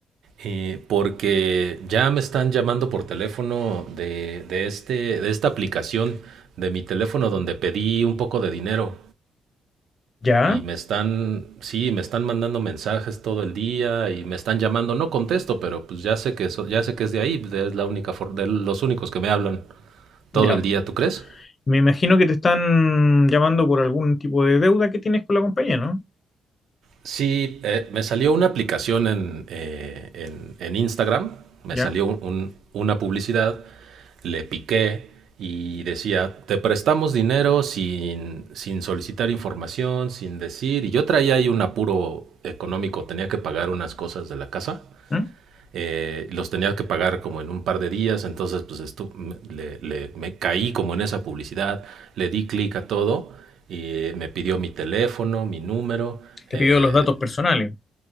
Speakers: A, on the right (about 70°); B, on the left (about 25°).
A: eh, porque ya me están llamando por teléfono de, de este, de esta aplicación de mi teléfono donde pedí un poco de dinero
B: Ya,
A: y me están, sí, me están mandando mensajes todo el día y me están llamando. No contesto, pero pues ya sé que eso, ya sé que es de ahí, es la única, for- de los únicos que me hablan todo
B: ya.
A: el día, ¿tú crees?
B: Me imagino que te están llamando por algún tipo de deuda que tienes con la compañía, ¿no?
A: Sí, eh, me salió una aplicación en, eh, en- en Instagram, me
B: Ya.
A: salió un- un- una publicidad, le piqué y decía, te prestamos dinero sin, sin solicitar información, sin decir, y yo traía ahí un apuro económico, tenía que pagar unas cosas de la casa,
B: ¿Mm?
A: eh, los tenía que pagar como en un par de días, entonces pues estu- me, le- le- me caí como en esa publicidad, le di clic a todo y eh, me pidió mi teléfono, mi número.
B: Te
A: eh,
B: pidió los datos personales.